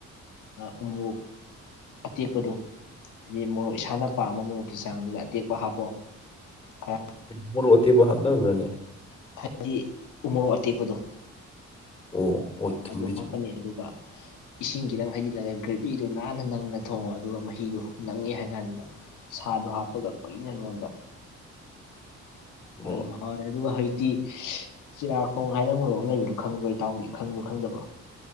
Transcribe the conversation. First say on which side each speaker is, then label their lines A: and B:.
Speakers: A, on the left; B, on the left.
A: ꯑ ꯎꯃꯣꯛ ꯑꯇꯦꯛꯄꯗꯨ ꯍꯥꯏꯗꯤ ꯃꯣꯔꯣꯛ ꯏꯁꯥꯅ ꯄꯥꯝꯕ ꯃꯣꯔꯣꯛꯀꯤ ꯆꯥꯡꯗꯨꯗ ꯑꯇꯦꯛꯄ ꯍꯥꯞꯄꯣ ꯈꯔ
B: ꯃꯣꯔꯣꯛ ꯑꯇꯦꯛꯄ ꯍꯥꯞꯅꯕ꯭ꯔꯅꯦ
A: ꯍꯥꯏꯗꯤ ꯎꯃꯣꯔꯣꯛ ꯑꯇꯦꯛꯄꯗꯣ
B: ꯑꯣ ꯑꯣ ꯆꯨꯝꯃꯦ
A: ꯑꯗꯨ ꯍꯥꯞꯄꯅꯤ
B: ꯆꯨꯝꯃꯦ
A: ꯑꯗꯨꯒ ꯏꯁꯤꯡ ꯈꯤꯇꯪ ꯍꯩꯖꯤꯜꯂꯒ ꯒ꯭ꯔꯦꯚꯤꯗꯨ ꯅꯥꯟꯅ ꯅꯪꯅ ꯊꯣꯡꯉꯣ ꯑꯗꯨꯒ ꯃꯍꯤꯗꯨ ꯅꯪꯉꯦ ꯍꯥꯏꯀꯥꯟꯗꯨꯗ ꯁꯥꯗꯣ ꯍꯥꯞꯄꯒ ꯀꯨꯏꯅ ꯅꯣꯟꯕ
B: ꯑꯣ
A: ꯑꯗꯨꯝ ꯍꯥꯎꯔꯅꯤ ꯑꯗꯨꯒ ꯍꯩ ꯇꯤ ꯆꯤꯌꯥꯥꯔꯈꯣꯡ ꯍꯥꯏꯅ ꯃꯨꯨꯔꯣꯛ ꯑꯃ ꯂꯩꯕꯗꯣ ꯈꯪꯕ꯭ꯔꯣ ꯏꯇꯥꯎꯗꯤ ꯈꯪꯕ꯭ꯔꯣ ꯈꯪꯗꯕ꯭ꯔꯣ